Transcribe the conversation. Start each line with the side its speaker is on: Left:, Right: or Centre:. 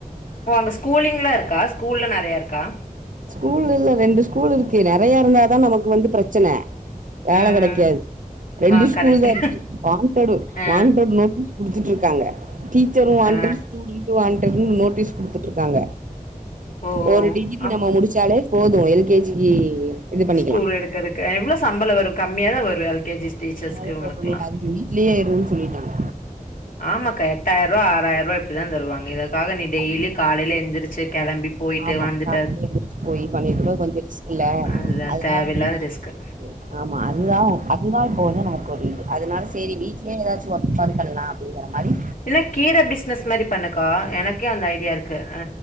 Left: ஓ அங்க ஸ்கூலிங்லாம் இருக்கா ஸ்கூல்லாம் நெறையா இருக்கா
Right: ஸ்கூல் இல்ல ரெண்டு ஸ்கூல் இருக்கு நெறையா இருந்தா தா நமக்கு வந்து பிரச் சன வேல
Left: ம்
Right: கெடைக்காது
Left: ம்
Right: ரெண்டு
Left: ஆ
Right: ஸ்கூல்
Left: கரெக்ட்டு
Right: தா இருக்கு வான்டெட்டு
Left: ஆ
Right: வான்டெட்டு நோட் குடுத்துட்டு இருக்காங்க டீச்சரும் வான்டெட்
Left: ஆ
Right: ஸ்டூடன்ட்டும் வான்டெட்னு நோட்டீஸ் குடுத்துட்டு இருக்காங்க
Left: ஓ ஓ
Right: ஒரு டிகிரி
Left: அப்ப
Right: நம்ம முடிச்சாலே போதும் எல் கே ஜி க்கு இது பண்ணிக்கலா
Left: ஸ்கூல் எடுக்கிறதுக்கு எவ்வளோ சம்பளம் வரும் கம்மியா தான் வரும் எல் கே ஜி
Right: <inaudible>
Left: டீச்சர்ஸ்க்கு
Right: ரூவா வரும்
Left: இவங்களுக்குல்லா
Right: சொல்லி அதுக்கு வீட்லயே இருன்னு சொல்லிட்டாங்க
Left: ஆமாக்கா எட்டாயிர ரூவா ஆறாயிர ரூபா இப்படிதான் தருவாங்க இதுக்காக நீ டெய்லி
Right: ஐ-
Left: காலையில எழுந்துரிச்சு கெளம்பி போயிட்டு
Right: ஆமா
Left: வந்துட்டு
Right: காலையில எந்திரிச்சு போய் பண்ணிட்டுருக்க கொஞ்சம் ரிஸ்க் இல்ல
Left: அதுதா
Right: அதனால
Left: தேவயில்லாத
Right: நீ
Left: ரிஸ்க்கு
Right: <inaudible> ஆமா அதுதான் அ புதாய் போகுது நமக்கு ஒரு இது அதனால செரி வீட்லேயே ஏதாச்சும் ஒப்பன் பண்ணலாம் அப்படிங்கிற மாரி
Left: இல்ல கீர பிஸ்னஸ் மாரி பண்ணுக்கா எனக்கே அந்த ஐடியா இருக்கு அ